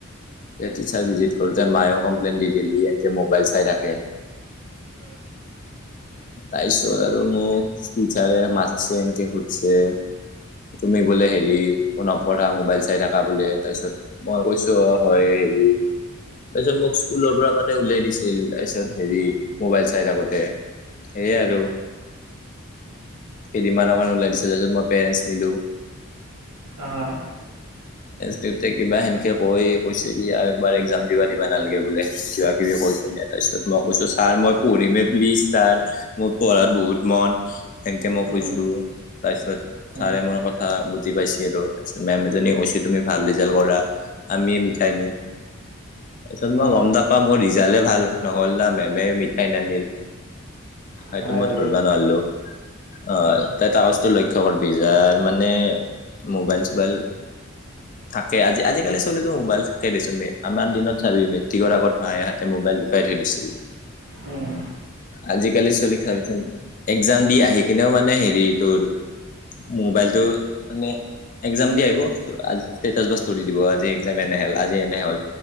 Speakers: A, on the left (about 40°); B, on the right (about 75°).
A: টিচাৰ ভিজিট কৰোতে মায়েও কমপ্লেইন দি দিলে ই এনকে মোবাইল চাই থাকে, তাৰপিছত আৰু মোক টিচাৰে মাৰছে এনকে সুধিছে তুমি বোলে হেৰি নপঢ়া মোবাইল চাই থাকা বোলে, তাৰপিছত মই কৈছো হয় হেৰি তাৰপিছত মোক স্কুলৰ পৰা মানে উলাই দিছিল তাৰপিছত হেৰি মোবাইল চাই থাকোঁতে সেয়াই আৰু। কেইদিনমানৰ কাৰণে ওলাই দিছিল তাৰপিছত মই পেৰেণ্টছ নিলোঁ।
B: অঁ।
A: দেউতাই কিবা সেনকে কৈ কৈছে কি এবাৰ এক্জাম দিবা দিবা নালাগে বোলে সেনকে কিবা কিবি কৈছে, তাৰপিছত মই কৈছো ছাৰ মই পঢ়িমে প্লিজ ছাৰ মোৰ পঢ়াত বহুত মন সেনকে মই কৈছো
B: উম,
A: তাৰ পিছত ছাৰে
B: উম,
A: মোৰ কথা বুজি পাইছে আৰু তাৰপিছত মেম এজনীয়ে কৈছে তুমি ভাল ৰিজাল্ট কৰা আমিয়ে মিঠাই নিম তাৰপিছত মই
B: অ',
A: গম নাপাওঁ মই ৰি জাল্টে ভাল নহ'ল না মেমে মিঠাই নানিল, সেটো
B: হয়
A: মই
B: নেকি?
A: ধৰিবা নোৱাৰিলো আহ তাই কাগজটো ল খবৰ বিজাৰ মানে মবাইল চোবাইল থাকে আজি আজিকালি চলিতো মোবাইল থাকে দেচোন আমাৰ দিনত চাবি মেট্ৰিকৰ আগত মায় হঁতে, মোবাইল লুকাই থৈ দিছিল
B: উম,
A: আজিকালি চলি ক চাবি চোন এক্জাম দি আহি কিনেও মানে হেৰি তোৰ মোবাইলটো মানে এক্জাম দি আহিব ষ্টেটাচ বস্তু দি দিব আজি এক্জাম এনে হ'ল আজি এনে হ'ল